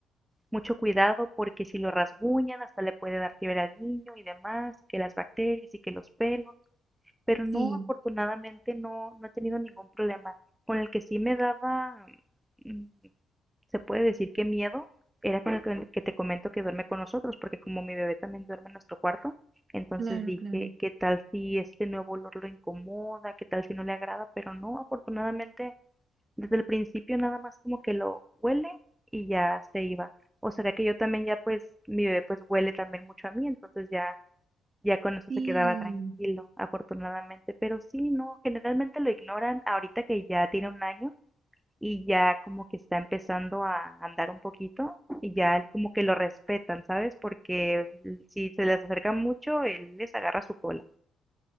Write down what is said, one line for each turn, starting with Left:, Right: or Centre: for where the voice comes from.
Centre: mucho cuidado porque si lo rasguñan hasta le puede dar fiebre al niño y demás, que las bacterias y que los pelos. Pero no,
Right: Sí,
Centre: afortunadamente no, no he tenido ningún problema. Con el que sí me daba mm, se puede decir que miedo era con el que que te comento que duerme con nosotros, porque como mi bebé también duerme en nuestro cuarto, entonces
Right: claro,
Centre: dije,
Right: claro.
Centre: ¿qué tal si este nuevo olor lo incomoda? ¿Qué tal si no le agrada? Pero no, afortunadamente, desde el principio nada más como que lo huele y ya se iba. O será que yo también ya pues, mi bebé pues huele también mucho a mí, entonces ya, ya con eso
Right: Sí.
Centre: se quedaba tranquilo, afortunadamente. Pero sí, no, generalmente lo ignoran ahorita que ya tiene un año y ya como que está empezando a andar un poquito y ya él como que lo respetan, ¿sabes? Porque si se les acerca mucho, él les agarra su cola.